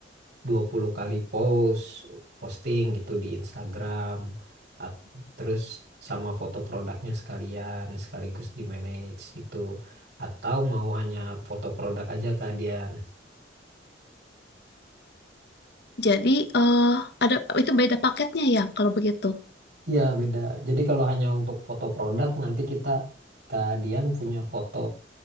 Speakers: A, on the right; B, on the left.
A: 20 kali post posting gitu di Instagram. At- terus sama foto produknya sekalian sekaligus di manage gitu. Atau mau hanya foto produk aja kalian
B: Jadi eh ada itu beda paketnya ya kalau begitu.
A: Iya beda. Jadi kalau hanya untuk foto produk nanti kita keadian punya foto